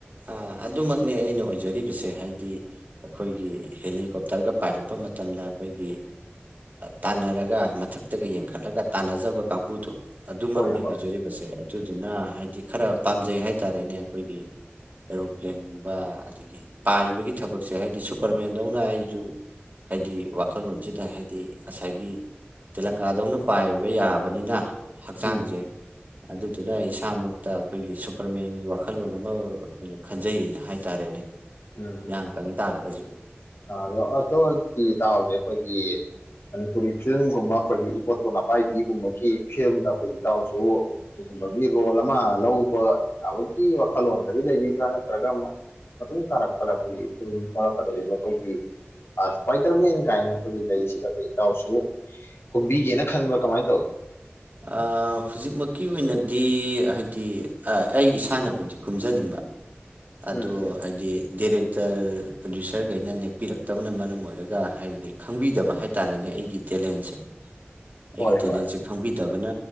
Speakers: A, on the right (about 45°); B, on the left (about 75°).
A: ꯑ ꯑꯗꯨꯃꯛꯅꯦ ꯑꯩꯅ ꯑꯣꯏꯖꯔꯤꯕꯁꯦ ꯍꯥꯏꯗꯤ꯫ ꯑꯩꯈꯣꯏꯒꯤ ꯍꯦꯂꯤꯀꯣꯞꯇꯔꯒ ꯄꯥꯏꯔꯛꯄ ꯃꯇꯝꯗ ꯑꯩꯈꯣꯏꯒꯤ꯫ ꯇꯥꯟꯅꯔꯒ ꯃꯊꯛꯇꯒ ꯌꯦꯡꯈꯠꯂꯒ ꯇꯥꯟꯅꯖꯕ ꯀꯥꯡꯕꯨꯗꯣ꯫ ꯑꯗꯨꯃꯛꯅꯤ
B: ꯍꯣꯏ ꯍꯣꯏ
A: ꯑꯣꯏꯖꯔꯤꯕꯁꯦ ꯑꯗꯨꯗꯨꯅ ꯍꯥꯏꯗꯤ ꯈꯔ ꯄꯥꯝꯖꯩ ꯍꯥꯏꯇꯥꯔꯦꯅꯦ ꯑꯩꯈꯣꯏꯒꯤ ꯑꯦꯔꯣꯄ꯭ꯂꯦꯟꯒꯨꯝꯕ ꯑꯗꯒꯤ ꯄꯥꯕꯒꯤ ꯊꯕꯛꯁꯦ ꯍꯥꯏꯕꯗꯤ ꯁꯨꯄꯔꯃꯦꯟꯗꯧꯅ ꯑꯩꯁꯨ ꯍꯥꯏꯗꯤ ꯋꯥꯈꯜꯂꯣꯟꯁꯤꯗ ꯍꯥꯏꯗꯤ ꯉꯁꯥꯏꯒꯤ꯫ ꯇꯦꯂꯪꯒꯥꯗꯧꯅ ꯄꯥꯏꯕ ꯌꯥꯕꯅꯤꯅ꯫ ꯍꯛꯆꯥꯡꯁꯦ
B: ꯎꯝ
A: ꯑꯗꯨꯗꯨꯅ ꯏꯁꯥꯃꯛꯇ ꯑꯩꯈꯣꯏꯒꯤ ꯁꯨꯄꯔꯃꯦꯟꯒꯤ ꯋꯥꯈꯜꯂꯣꯟ ꯑꯃ ꯑꯩꯈꯣꯏꯩꯅ ꯈꯟꯖꯩꯌꯦꯅ ꯍꯥꯏꯇꯥꯔꯦꯅꯦ
B: ꯎꯝ
A: ꯏꯤꯌꯥꯡ
B: ꯎꯝ
A: ꯀꯪ ꯇꯥꯔꯒꯁꯨ꯫
B: ꯑꯗꯣ ꯑꯇꯣ ꯇꯥꯁꯦ ꯑꯩꯈꯣꯏꯒꯤ꯫ ꯃꯅꯤꯄꯨꯔꯤ ꯐꯤꯂꯝꯒꯨꯝꯕ ꯑꯩꯈꯣꯏꯒꯤ ꯏꯕꯣꯇ‌ꯣꯟ ꯑꯄꯥꯏꯕꯤꯒꯨꯝꯕꯒꯤ ꯐꯤꯂꯝꯗ ꯑꯩꯈꯣꯏꯒꯤ ꯏꯇꯥꯎꯁꯨ ꯑꯗꯨꯒꯨꯝꯕꯒꯤ ꯔꯣꯜ ꯑꯃ ꯂꯧꯕ ꯌꯥꯕꯒꯤ ꯋꯥꯈꯜꯂꯣꯟꯒꯗꯤ ꯂꯩꯕꯤꯕ꯭ꯔꯥ ꯅꯠꯇ꯭ꯔꯒ ꯑꯃ ꯃꯇꯨꯡ ꯇꯥꯔꯛꯄꯗ ꯑꯩꯈꯣꯏꯒꯤ ꯐꯤꯂꯝ ꯊꯣꯔꯛꯀꯗꯧꯔꯤꯕ ꯑꯩꯈꯣꯏꯒꯤ ꯑ‌ ꯏꯁꯄꯥꯏꯗ꯭ꯔꯃꯦꯟ ꯀꯥꯏꯅ ꯑꯩꯈꯣꯏꯒꯤ ꯂꯩꯔꯤꯁꯤꯗ ꯑꯩꯈꯣꯏ ꯏꯇꯥꯎꯁꯨ ꯀꯨꯝꯕꯤꯒꯦꯅ ꯈꯟꯕ꯭ꯔꯥ ꯀꯃꯥꯏ ꯇꯧꯏ
A: ꯑꯥ‌ ꯍꯧꯖꯤꯛꯃꯛꯀꯤ ꯑꯣꯏꯅꯗꯤ ꯍꯥꯏꯗꯤ ꯑ ꯑꯩ ꯏꯁꯥꯅꯕꯨꯗꯤ ꯀꯨꯝꯖꯅꯤꯡꯕ ꯑꯗꯨ
B: ꯎꯝ ꯎꯝ
A: ꯍꯥꯏꯗꯤ ꯗꯦꯔꯦꯛ ꯇ꯭ꯔ ꯄ꯭ꯔꯗ꯭ꯌꯨꯁ꯭ꯔꯒꯩꯅ ꯅꯦꯛꯄꯤꯔꯛꯇꯕꯅ ꯃꯔꯝ ꯑꯣꯏꯔꯒ ꯍꯥꯏꯗꯤ ꯈꯪꯕꯤꯗꯕ ꯍꯥꯏꯇꯥꯔꯦꯅꯦ ꯑꯩꯒꯤ ꯇꯦꯂꯦꯟꯁꯦ ꯑꯩꯒꯤ
B: ꯍꯣꯏ
A: ꯇꯦꯂꯦꯟꯁꯦ
B: ꯍꯣꯏ
A: ꯈꯪꯕꯤ ꯇꯕꯅ